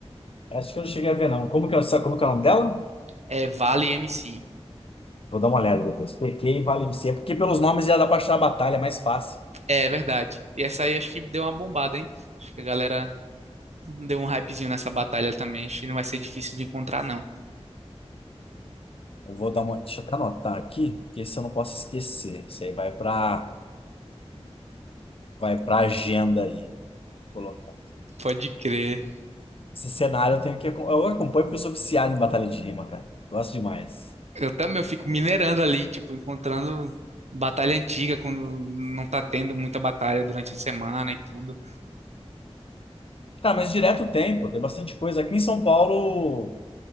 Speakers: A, on the left; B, on the right.
A: Acho que eu não cheguei a ver, não. Como que, é- sabe como que é o nome dela?
B: É, Vale MC.
A: Vou dar uma olhada depois. PK e Valencia, porque pelos nomes já dá pra achar a batalha mais fácil.
B: É verdade. E essa aí acho que deu uma bombada, hein? Acho que a galera Deu um hypezinho nessa batalha também, acho que não vai ser difícil de encontrar, não.
A: Eu vou dar uma. Deixa eu até anotar aqui, porque esse eu não posso esquecer. Isso aí vai pra, vai pra agenda aí. Colocar.
B: Pode crer.
A: Esse cenário eu tenho que. acom- Eu acompanho porque eu sou viciado em batalha de rima, cara. Gosto demais.
B: Eu também, eu fico minerando ali, tipo, encontrando batalha antiga quando não tá tendo muita batalha durante a semana e tudo.
A: Tá, mas direto tem, pô. Tem bastante coisa. Aqui em São Paulo